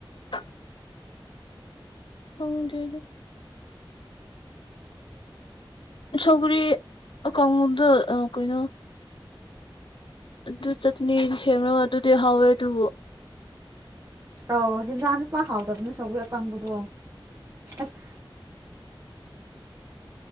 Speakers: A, on the left (about 65°); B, on the right (about 30°).
A: ꯋꯥ ꯀꯣꯡ꯭ꯔꯦꯔꯤ ꯁꯧꯒꯔꯤ ꯀꯥꯡꯣꯗ ꯀꯩꯅꯣ ꯑꯗꯨ ꯆꯠꯅꯤ ꯁꯦꯝꯔꯒ ꯑꯗꯨꯗꯤ ꯍꯥꯎꯋꯦ ꯑꯗꯨꯕꯨ
B: ꯑ ꯍꯦꯟꯖꯥꯡ ꯅꯨꯄꯥ ꯍꯥꯎꯗꯕꯅ ꯁꯒꯨꯔꯤ ꯑꯀꯪꯕꯗꯣ ꯑꯁ